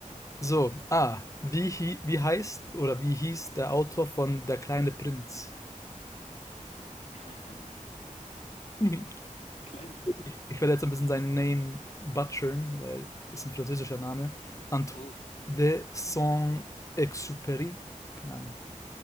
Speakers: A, on the left (about 25°); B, on the left (about 55°).
A: So, ah, wie, hi- wie heißt oder wie hieß der Autor von Der kleine Prinz?
B: Keine Ahnung.
A: <laughs> Mhm.
B: Kleine Blind.
A: Ich, ich werde jetzt ein bisschen seinen Namen butchern, weil es ein französischer Name. Antoine
B: Oh,
A: de Saint-Exupéry. Keine Ahnung.